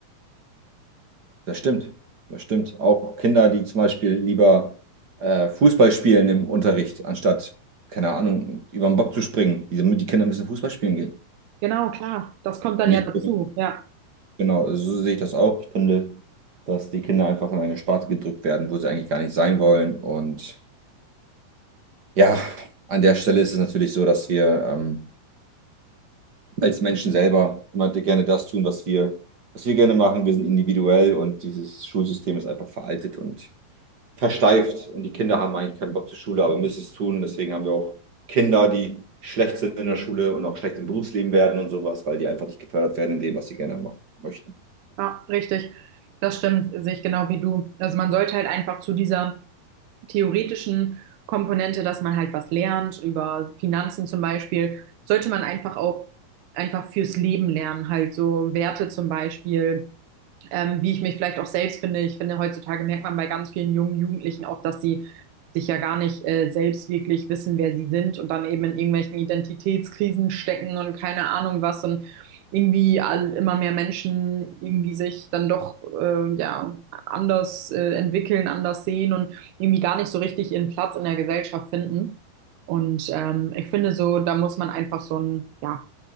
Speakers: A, on the right; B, on the right.
A: Das stimmt, das stimmt. Auch Kinder, die zum Beispiel lieber äh, Fußball spielen im Unterricht, anstatt, keine Ahnung, über den Bock zu springen. Die, die Kinder müssen Fußball spielen gehen.
B: Genau, klar. Das kommt dann
A: Und
B: ja
A: ich,
B: dazu. Ja,
A: genau, so sehe ich das auch. Ich finde, dass die Kinder einfach in eine Sparte gedrückt werden, wo sie eigentlich gar nicht sein wollen. Und ja, an der Stelle ist es natürlich so, dass wir ähm, als Menschen selber immer gerne das tun, was wir, was wir gerne machen. Wir sind individuell und dieses Schulsystem ist einfach veraltet und versteift und die Kinder haben eigentlich keinen Bock zur Schule, aber müssen es tun. Deswegen haben wir auch Kinder, die schlecht sind in der Schule und auch schlecht im Berufsleben werden und sowas, weil die einfach nicht gefördert werden in dem, was sie gerne machen möchten.
B: ja, richtig. Das stimmt, sehe ich genau wie du. Also man sollte halt einfach zu dieser theoretischen Komponente, dass man halt was lernt, über Finanzen zum Beispiel, sollte man einfach auch einfach fürs Leben lernen, halt so Werte zum Beispiel ähm, wie ich mich vielleicht auch selbst finde. Ich finde, heutzutage merkt man bei ganz vielen jungen Jugendlichen auch, dass sie sich ja gar nicht äh, selbst wirklich wissen, wer sie sind und dann eben in irgendwelchen Identitätskrisen stecken und keine Ahnung was und irgendwie all, immer mehr Menschen irgendwie sich dann doch äh, ja anders äh, entwickeln, anders sehen und irgendwie gar nicht so richtig ihren Platz in der Gesellschaft finden. Und ähm, ich finde so, da muss man einfach so ein, ja,